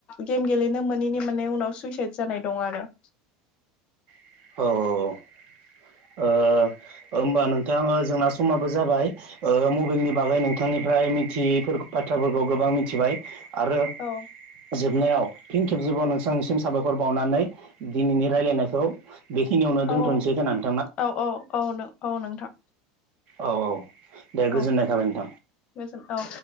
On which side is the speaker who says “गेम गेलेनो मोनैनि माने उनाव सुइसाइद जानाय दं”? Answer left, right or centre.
Left